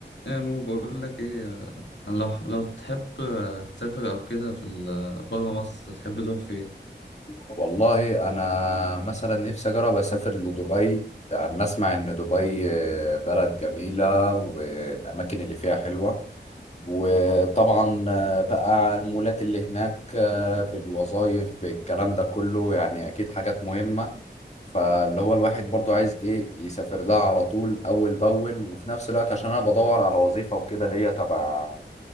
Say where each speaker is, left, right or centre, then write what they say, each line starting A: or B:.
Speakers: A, on the left; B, on the left.
A: ايه مو بقول لك ايه آه، انا لو لو تحب آه، تسافر او كده في بره مصر تحب تروح فين
B: والله انا مثلا نفسي اجرب اسافر لدبي لان اسمع ان دبي آه، بلد جميله والاماكن اللي فيها حلوه وطبعا آه، بقى المولات اللي هناك آه، بالوظائف بالكلام ده كله يعني اكيد حاجات مهمه فاللي هو الواحد برضو عايز ايه يسافر لها على طول اول باول وفي نفس الوقت عشان انا بدور على وظيفه وكده اللي هي تبع